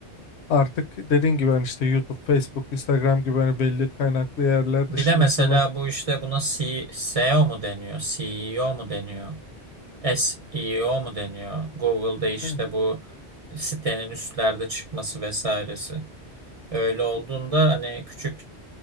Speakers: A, on the left (about 80°); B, on the right (about 45°).
A: Artık dediğin gibi hani işte YouTube, Facebook, Instagram gibi hani belli kaynaklı yerler
B: Bir
A: dışında
B: de mesela
A: insanlar
B: bu işte buna C- SEO mu deniyor? CEO mu deniyor? SEO mu deniyor? Google'da işte
A: Evet.
B: bu sitenin üstlerde çıkması vesairesi. Öyle olduğunda hani küçük